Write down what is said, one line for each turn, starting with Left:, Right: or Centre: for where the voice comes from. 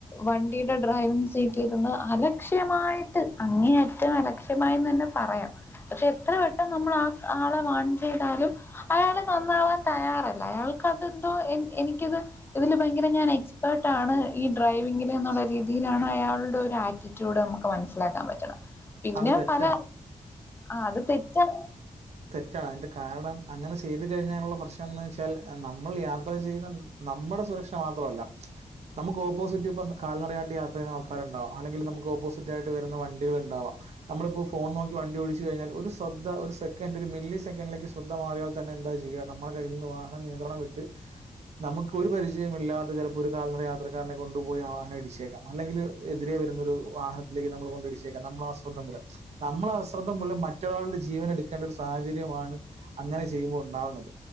Left: വണ്ടിയുടെ ഡ്രൈവിങ് സീറ്റ് ക്കിരുന്ന് അലക്ഷ്യമായിട്ട് അങ്ങേ അറ്റം അലക്ഷ്യമായെന്ന്തന്നെ പറയാ പക്ഷേ എത്ര വട്ടം നമ്മൾ ആ ആളെ വാൺ ചെയ്താലും അയാള് നന്നാവാൻ തയ്യാറല്ല അയാൾക്കതെന്തോ എനിക്കത് ഇതിൽ ഭയങ്കര ഞാൻ എക്സ്പേർട്ടാണ് ഈ ഡ്രൈവിങ്ങില്ന്നുള്ള രീതിയിലാണ് അയാൾ ഒരു ആക്റ്റിറ്റ്യൂഡ് നമുക്ക് മനസ്സിലാക്കാൻ പറ്റ്ണ് പിന്നെ
Right: അത് തെറ്റാണ്.
Left: പല ആ അത് തെറ്റാണ്
Right: റ്റാണ് അതിന്റെകാരണം അങ്ങനെ ചെയ്തു കഴിഞ്ഞാലുള്ള പ്രശ്നംന്ന് വെച്ചാൽ നമ്മൾ യാത്ര ചെയ്യുന്ന നമ്മുടെ സുരക്ഷ മാത്രമല്ല നമുക്ക് ഓപ്പോസിറ്റ് ഇപ്പം കാൽനടയായിട്ട് യാത്ര ചെയ്യുന്ന ആൾക്കാരുണ്ടാവാം അല്ലെങ്കിൽ നമുക്ക് ഓപ്പോസിറ്റ് ആയിട്ട് വരുന്ന വണ്ടികള് ഉണ്ടാവാം നമ്മളിപ്പൊ ഫോൺ നോക്കി വണ്ടി ഒഴിച്ച് കഴിഞ്ഞാൽ ഒരു ശ്രദ്ധ ഒരു സെക്കൻഡ് ഒരു മില്ലി സെക്കൻഡിലേക്ക് ശ്രദ്ധ മാറിയാൽ തന്നെ എന്താ ചെയ്യാ നമ്മളെ കയ്യിൽ നിന്ന് വാഹനം നിയന്ത്രണം വിട്ട് നമുക്ക് ഒരു പരിചയം ഇല്ലാത്ത ചിലപ്പോൾ ഒരു കാൽനടയാത്ര ഒരാളെ കൊണ്ടു പോയി ആ വാഹനം ഇടിച്ചേക്കാം അല്ലെങ്കിൽ എതിരെ വരുന്ന ഒരുവാഹനത്തിലേക്ക് നമ്മള് കൊണ്ടിടിച്ചേക്കാം നമ്മള് ആ - ്രദ് <unintelligible> മൂലം നമ്മടെ അശ്രദ്ധ മൂലം മറ്റൊരാളുടെ ജീവന എടുക്കേണ്ട ഒരു സാഹചര്യമാണ് അങ്ങനെ ചെയ്യുമ്പോൾ ഉണ്ടാവുന്നത്